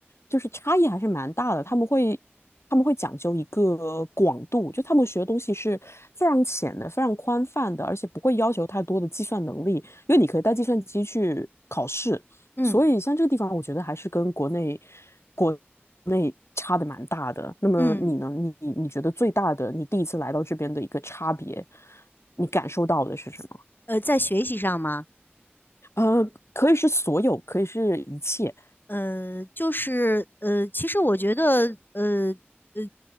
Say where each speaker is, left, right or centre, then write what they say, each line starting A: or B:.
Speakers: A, on the left (about 85°); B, on the left (about 50°).
A: 就是差异还是蛮大的。他们会。他们会讲究一个广度，就他们学的东西是非常浅的、非常宽泛的，而且不会要求太多的计算能力，因为你可以带计算机去考试。
B: 嗯
A: 所以像这个地方，我觉得还是跟国内国内差的蛮大的。那么你呢？
B: 嗯，
A: 你你你觉得最大的，你第一次来到这边的一个差别，你感受到的是什么？
B: 呃，在学习上吗？
A: 呃，可以是所有，可以是一切。
B: 呃，就是呃，其实我觉得，呃呃，